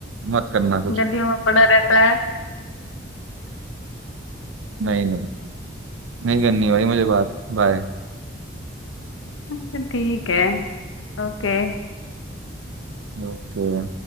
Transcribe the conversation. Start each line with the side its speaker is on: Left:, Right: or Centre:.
Right: मत करना कुछ
Left: गलियों में पड़ा रहता है
Right: नहीं नहीं नहीं करनी भाई मुझे बात बाय
Left: ठीक है ओके
Right: ओके